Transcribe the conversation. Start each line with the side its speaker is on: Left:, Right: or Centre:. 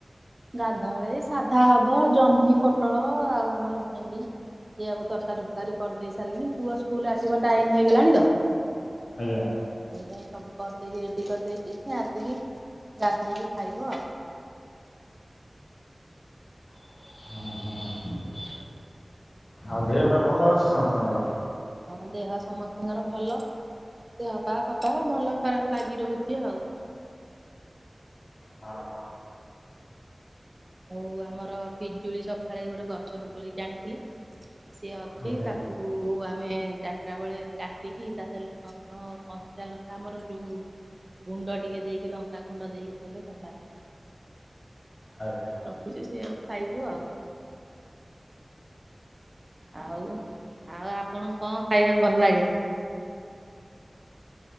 Right: ଗାଧଳ ବେଳେ ସାଧା ହବ ଜହ୍ନି ପୋଟଳ ଆଉ ଆମର ଭେଣ୍ଡି। ସେଇଆକୁ ତରକାରୀ ଫରକାରୀ କରିଦେଇ ସାରିଲିଣି। ପୁଅ ସ୍କୁଲ ଆସିବ ଟାଇମ ହେଇଗଲାଣି ତ।
Left: ଆଜ୍ଞା।
Right: ସେଇପାଇ ସବୁ କରିଦେଇକି ରେଡ଼ି କରିଦେଇଚି। ସେ ଆସିକି ଗାଧୋଇକି ଖାଇବୁ ଆଉ।
Left: ହୁ ହୁ। ଆଉ ଦେହ ପା ଭଲ ଅଛି ସମସ୍ତଙ୍କର?
Right: ହଁ ଦେହ ସମସ୍ତଙ୍କର ଭଲ। ଦେହ ପା ଭଲ ଖରାପ ଲାଗି ରହୁଛି ଆଉ।
Left: ହଁ ହଁ।
Right: ବୋଉ ଆମର ପିଜୁଳି ସକାଳେ ଗୋଟେ ଗଛରୁ ତୋଳିକି ଆଣିଥିଲେ। ସିଏ ଅଛି।
Left: ଆଜ୍ଞା
Right: ତାକୁ ଆମେ ଚାରିଟା ବେଳେ କାଟିକିତତା ସହ ଲୁଣ ଫୁଣ ଚାଲ ଆମର ଯୋଉ ଗୁଣ୍ଡ ଟିକେ ଦେଇକି ଲଙ୍କା ଗୁଣ୍ଡ ଦେଇକି ଖଇଲେ ଭଲ ଲାଗେ।
Left: ଆଜ୍ଞା।
Right: ରଖୁଛିୁ ସେଇଆକୁ ଖାଇବୁ ଆଉ। ଆଉ ଆଉ ଆପଣଙ୍କୁ କଣ ଖାଇବାକୁ ଭଲ ଲାଗେ?